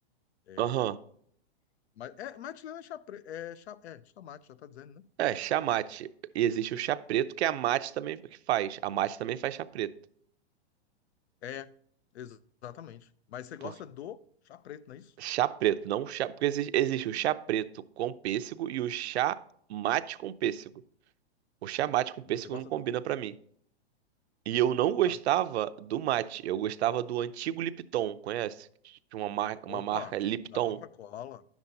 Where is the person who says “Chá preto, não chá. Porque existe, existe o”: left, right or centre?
Right